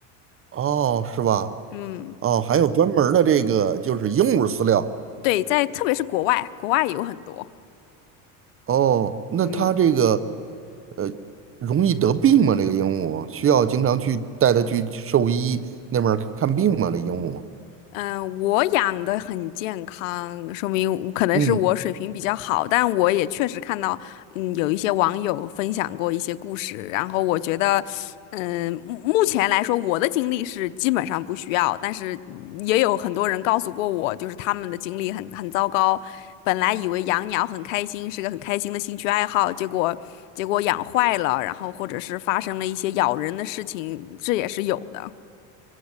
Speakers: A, on the right; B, on the left.
A: 哦，是吧？
B: 嗯，
A: 哦，还有专门儿的这个就是鹦鹉饲料。
B: 对，在特别是国外，国外有很多。
A: 哦，那它这个
B: 嗯。
A: 呃容易得病吗？这个鹦鹉需要经常去带它去兽医那边儿看病吗？这鹦鹉？
B: 嗯，我养的很健康，说明可能是我水平比较好，
A: 嗯。
B: 但我也确实看到，嗯，有一些网友分享过一些故事，然后我觉得，嗯，目目前来说，我的经历是基本上不需要，但是也有很多人告诉过我，就是他们的经历很很糟糕，本来以为养鸟很开心，是个很开心的兴趣爱好，结果结果养坏了，然后或者是发生了一些咬人的事情，这也是有的，